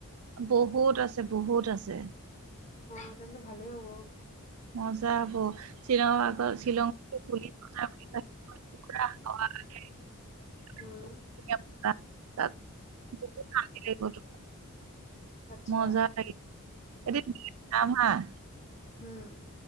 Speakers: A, on the right; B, on the left.
A: বহুত আছে, বহুত আছে।
B: অ', তেন্তে ভালে হ'ব।
A: মজা হব, শ্বিলৰ আগৰ শ্বিলং ঘূৰি <unintelligible> <inaudible>
B: উম।
A: <inaudible>
B: আচ্ছা উম।